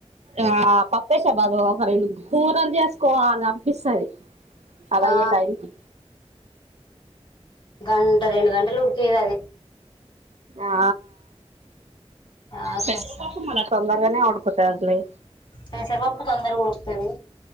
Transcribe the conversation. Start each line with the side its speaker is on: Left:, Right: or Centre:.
Right: ఆ పప్పేసా బాబు ఒక రెండు కూరలు చేసుకోవాల అనిపిస్తది అది
Left: ఆ
Right: అయ్యే టైంకి
Left: గంట రెండు గంటలు ఉడికయత్తి అది
Right: ఆ
Left: లాస్ట్
Right: పెసర
Left: వస్తది
Right: పప్పు మళ్ల తొందరగానేడు కొట్టారులే
Left: పెసరపప్పు తొందరగ ఉడకుతది